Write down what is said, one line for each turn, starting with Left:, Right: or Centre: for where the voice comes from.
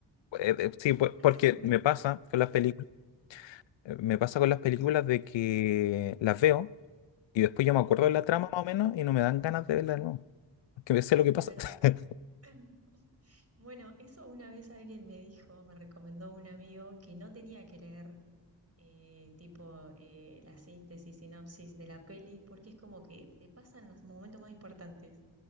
Left: eh, eh, sí, pues,
Right: hace
Left: porque
Right: un montón,
Left: me pasa con las películas, me pasa con las películas de que las veo y después
Right: sí.
Left: yo me acuerdo de la trama más o menos y no me dan ganas de verla de nuevo. Porque sé lo que
Right: Es
Left: pasa.
Right: verdad.
Left: <laughs>
Right: <clears throat> Bueno, eso una vez alguien me dijo, me recomendó un amigo que no tenía que leer eh, tipo eh, la síntesis, sinopsis de la peli, porque es como que te pasan los momentos más importantes.